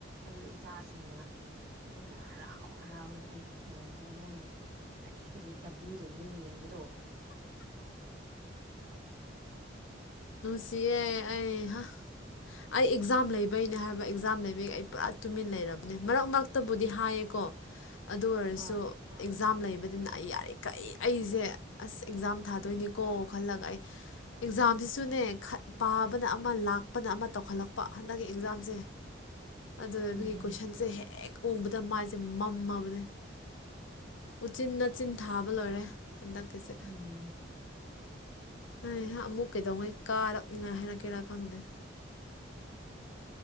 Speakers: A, on the right; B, on the left.
A: ꯑꯗꯨꯗ ꯏꯆꯥꯁꯤꯡꯅ ꯃꯣꯏꯅ ꯍꯔꯥꯎ ꯀꯣꯛ ꯍꯔꯥꯎꯗꯅ ꯑꯩꯒꯤ ꯐꯣꯟꯁꯤꯗ ꯃꯣꯏꯅ ꯀꯔꯤ ꯀꯔꯤ ꯗꯕ꯭ꯂꯤꯎ ꯗꯕ꯭ꯂꯤꯎ ꯌꯦꯡꯕꯗꯣ
B: ꯅꯨꯡꯁꯤꯌꯦ ꯑꯩ ꯍꯥ ꯑꯩ ꯑꯦꯛꯖꯥꯝ ꯂꯩꯕꯩꯅꯦ ꯍꯥꯏꯕ ꯑꯦꯛꯖꯥꯝ ꯂꯩ ꯕꯤ ꯑꯩ ꯄꯨꯔꯥ ꯇꯨꯃꯤꯟ ꯂꯩꯔꯕꯅꯦ ꯃꯔꯛ ꯃꯔꯛꯇꯕꯨꯗꯤ ꯍꯥꯏꯌꯦꯀꯣ ꯑꯗꯨ ꯑꯣꯏꯔꯁꯨ
A: ꯑꯥ
B: ꯑꯦꯛꯖꯥꯝ ꯂꯩꯕꯅꯤꯅ ꯑꯩ ꯌꯥꯔꯤꯈꯩ ꯑꯩꯖꯦ ꯑꯁ ꯑꯦꯛꯖꯥꯝ ꯊꯥꯗꯣꯏꯅꯤꯀꯣ ꯈꯜꯂꯒ ꯑꯩ ꯑꯦꯛꯖꯥꯝꯁꯤꯁꯨ ꯅꯦ ꯈꯠ ꯄꯥꯕꯅ ꯑꯃ ꯂꯥꯛꯄꯅ ꯑꯃ ꯇꯧꯈꯠꯂꯛꯄ ꯍꯟꯗꯛꯀꯤ ꯑꯦꯛꯖꯥꯝꯁꯦ ꯑꯗꯨ ꯑꯣꯏꯕꯒꯤ
A: ꯎꯝ
B: ꯀꯣꯏꯁꯟꯁꯦ ꯍꯦꯛ ꯎꯕꯗ ꯃꯥꯏꯁꯦ ꯃꯝꯃꯕꯅꯦ ꯎꯆꯤꯟꯅꯆꯤꯟ ꯊꯥꯕ ꯂꯣꯏꯔꯦ ꯍꯟꯗꯛꯀꯤꯁꯦ
A: ꯎꯝ
B: ꯍꯩꯍꯥ ꯑꯃꯨꯛ ꯀꯩꯗꯧꯉꯩ ꯀꯥꯔꯛꯅꯤꯉꯥꯏ ꯍꯥꯏꯔꯛꯀꯦꯔꯥ ꯈꯪꯗꯦ